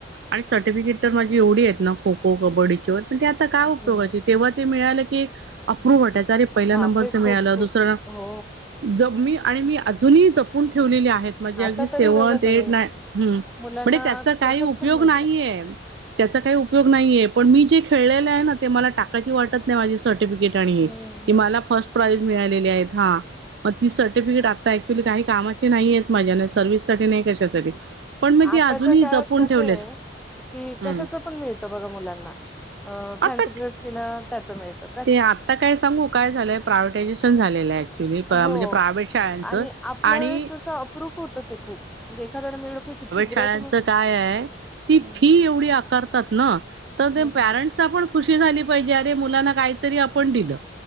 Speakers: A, on the right; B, in the centre.
A: आणि सर्टिफिकेट तर माझी एवढी आहेत ना, खो खो, कबड्डीच व पण ते आता काय उपयोगाची,
B: हं
A: तेव्हा ते मिळालं की एक अप्रुप वाटायचं. की अरे पहिला
B: बापरे!
A: नंबरच मिळालं.
B: खूप खूप
A: दुसरं नं
B: हो
A: ज मी अणि मी अजूनही जपून ठेवलेली आहेत. म्हणजे
B: आता
A: अगदी सेवनथ,
B: तरी बघा
A: एट,
B: तुम्ही
A: नाय हूं
B: मुलांना
A: म्हणजे त्याचा काही
B: कशात
A: उपयोग
B: पण मिळतात.
A: नाहीये. त्याचा काही उपयोग नाहीये. पण मी जे खेळलेले आहे. ना ते मला टाकायची वाटत नाय माझी सर्टिफिकेट. ते आणि
B: हम्म
A: की
B: हम्म
A: मला फर्स्ट प्राईज मिळालेली आहेत. हा. म ती सर्टिफिकेट आता ऍक्च्युली काही कामाची नाहीयेत. माझ्या न सर्व्हिस साठी ना कशासाठी पण मी ती
B: आताच्या
A: अजूनही
B: काळात
A: जपून
B: कसं
A: ठेवलेत
B: ये की,
A: हम्म
B: कशाच पण मिळत बघा मुलांना अ
A: आता
B: फॅन्सी ड्रे ड्रेस केला त्याच मिळत.
A: ते आत्ता काय सांगू काय झालंय प्रायव्टायझेशन झालेलंय. ऍक्च्युअली प्रा
B: हो
A: म्हणजे प्रायव्हेट शाळांचं
B: आणि आपल्या
A: आणि
B: वेळेस कसं अप्रूप होतं ते खूप, म्हणजे एखाद्या मिळल की किती
A: शाळांच
B: ग्रेट
A: काय हाय. ती
B: हम्म
A: फी एवढी आकारतात ना तर ते
B: हम्म
A: पॅरन्ट सला पण खुशी झाली पाहिजे. अरे मुलांना कायतरी आपण दिल